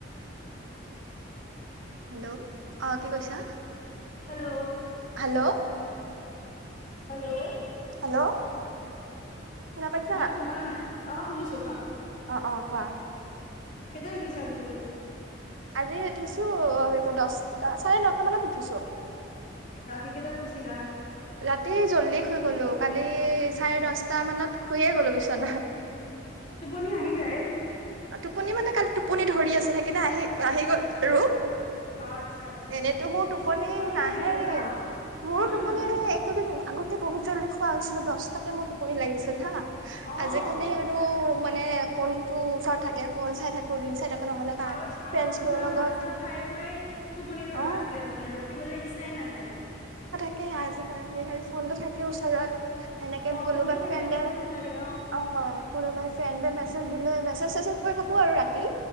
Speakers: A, on the right; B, on the left.
A: হেল্ল' অ কি কৈছা?
B: হেল্ল'।
A: হেল্ল'।
B: হেল্ল'।
A: হেল্ল'। শুনা পাইছা
B: মই শুনা নাই অ', শুনিছোঁ কোৱা।
A: অ', অ', কোৱা।
B: কেইটাত উঠিচা আজি বুলু।
A: আজি উঠিছো দচটা চাৰে নটা মানত উঠিছোঁ।
B: ৰাতি কেইটাত শুইছিলা?
A: ৰাতি জল্‌দি শুই গলো, কালি চাৰে দচটা মানত শুয়ে গলো বিছনাত। <inaudible>
B: তুপনি আহি যায়
A: টোপনি মানে কালি টোপনি ধৰি আছে সেইকাৰণনে আহি আহি গ'ল ৰ
B: অ', আচ্ছা আচ্ছা
A: এনেতো মোৰ টোপনি
B: টোপনিয়ে
A: নাহেই
B: নাহে জানা
A: মোৰো
B: উম
A: টোপনি এনে এইকেইদিন আগত ত বহুত জল্দি খোৱা হৈছিলো দশটাকে মোৰ টোপনিী লাগিছিল হা
B: অ',
A: আজিকালি আৰু মানে কোনটো ফ চাই থল চাই থাক নহ কাৰ
B: আগত আগতে
A: ফ্ৰ
B: তোমাৰ
A: লগত
B: ভাত চাত খাই বৈয়ে টোপনি ধৰা
A: অ',
B: আছিলে তাৰমানে ৰখলৈ ইচ্ছাই নাযায় আৰু
A: েই আজিিকাল আৰু ফোনটো থাকে ওচৰত সেনেকে
B: অ',
A: কোনোবাই
B: ফোনটো থাকেতো
A: ফ্ৰেণ্ডে
B: ক'বই নালাগে
A: অ কোনোবাই ফ্ৰেণ্ড মেছে দিনে মেছেজ চেছেজ কৰি থাকো আৰু ৰাতি